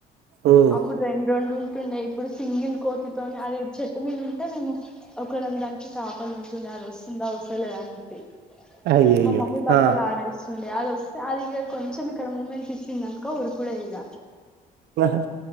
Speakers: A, on the right; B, in the centre.
A: ఉమ్
B: అప్పుడు రెండు రొండు ఉ టుండే ఇప్పుడు సింగిల్ కోతితోని అది చెట్టు మీద ఉంటే మేము ఒకరం దానికి కాపలుంటుండే అది వస్ తుందా వస్తలేదా అని చెప్పి
A: అయ్యయ్యో
B: మా మమ్మీ బట్టలారేస్తుంది
A: ఆ
B: అది వస్తే అది ఇ కొంచెం ఇక్కడ మూమెంట్ ఇచ్చిందినుకో ఉరుకుడ ఇక
A: హా హా